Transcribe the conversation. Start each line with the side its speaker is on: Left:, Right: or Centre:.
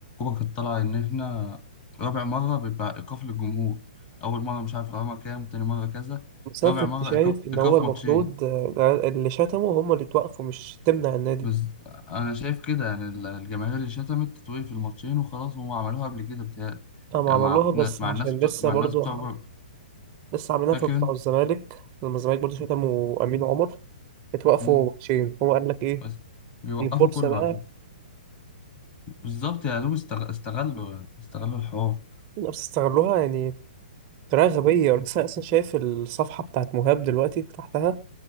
Left: كانت طالعة إن إحنا رابع مرة بيبقى إيقاف للجمهور أول مرة مش عارف غرامة كام تاني مرة كذا
Right: بس أنا
Left: رابع
Right: كنت
Left: مرة
Right: شايف
Left: إيقاف
Right: إن
Left: إيقاف
Right: هو المفروض
Left: ماتشين
Right: آه، ده اللي شتموا هما اللي توقفوا مش تمنع النادي
Left: بز... أنا شايف كده يعني ال- الجماهير اللي شتمت تتوقف الماتشين وخلاص هم عملوها قبل كده بتهيألي
Right: هم
Left: يعني
Right: عملوها
Left: مع
Right: بس
Left: بن- مع
Right: عشان
Left: الناس بتوع
Right: لسه
Left: مع
Right: برضو
Left: الناس بتوع بره
Right: لسه عاملينها
Left: فاكر
Right: في بتاع
Left: أنت؟
Right: الزمالك لما الزمالك برضه شتموا امين عمر اتوقفوا
Left: مم.
Right: ماتشين هو قال لك ايه
Left: بس بيوقفوا
Right: دي فرصه
Left: كله
Right: بقى
Left: على فكرة بالظبط يا دوب استغ... استغلوا يعني استغلوا الحوار
Right: بس استغلوها يعني بطريقه غبيه انا لسه اصلا شايف الصفحه بتاعت مهاب دلوقتي فتحتها